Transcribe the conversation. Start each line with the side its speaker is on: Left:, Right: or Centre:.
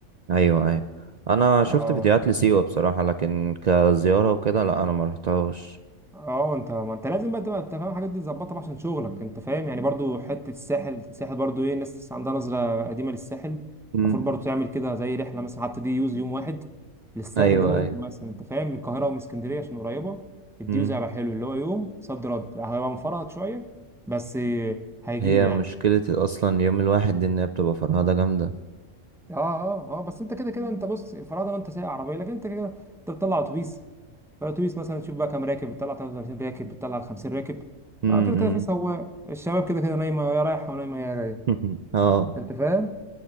Right: ايوه ايوه انا شفت
Centre: اه
Right: فيديوهات لسيوة بصراحة لكن كزيارة وكده لا انا ما رحتهاش
Centre: اه انت ما انت لازم بقى تبقى انت فاهم الحاجات دي تظبطها بقى عشان شغلك انت فاهم يعني برضو حته الساحل الساحل برضو ايه ناس عندها نظره قديمه للساحل
Right: مم.
Centre: المفروض برضو تعمل كده زي رحله مثلا حتى دي يوز يوم واحد للساحل
Right: ايوه
Centre: ده ممكن
Right: ايوه
Centre: مثلا انت فاهم من القاهره ومن اسكندريه عشان قريبه الديوز
Right: مم.
Centre: هيبقى حلو اللي هو يوم صد رد هيبقى مفرهد شويه بس هيجيب
Right: هي
Centre: يعني
Right: مشكلة اصلا اليوم الواحد دي ان هي بتبقى فرهدة جامدة
Centre: اه اه اه بس انت كده كده انت بص فرضا انت سايق عربيه لكن انت كده انت بتطلع اتوبيس فالاتوبيس مثلا تشوف بقى كام راكب بتطلع 33 راكب بتطلع 50 راكب
Right: مم.
Centre: اه كده كده
Right: مم.
Centre: في سواق الشباب كده كده نايمه يا رايحه ونايمه يا جايه
Right: <laughs> اه
Centre: انت فاهم